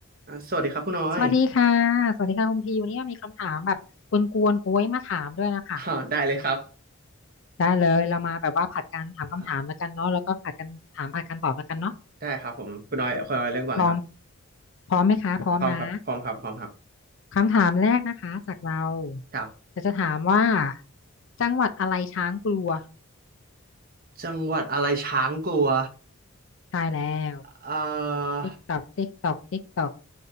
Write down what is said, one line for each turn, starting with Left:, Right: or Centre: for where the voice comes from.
Right: อ่าสวัสดีครับคุณน้อย
Left: สวัสดีค่ะ สวัสดีค่ะคุณพีวันนี้มีคำถามแบบกวนๆโอ้ยมาถามด้วยนะคะ
Right: อ่าได้เลยครับ
Left: ได้เลยเรามาแบบว่าผัดกันถามคำถามแล้วกันเนาะแล้วก็ผัดกันถามผัดกันตอบแล้วกันเนาะ
Right: อ่าได้ครับผมคุณน้อยคุณน้อยเริ่มก่อนเลยครับ
Left: พร้อม พร้อมไหมคะ พร้อมนะ
Right: พร้อมครับพร้อมครับพร้อมครับ
Left: คำถามแรกนะคะจากเรา
Right: ครับ
Left: จะจะถามว่าจังหวัดอะไรช้างกลัว
Right: จังหวัดอะไรช้างกลัว
Left: ใช่แล้ว
Right: เอ่อ
Left: ติ๊กตอกติ๊กตอกติ๊กตอก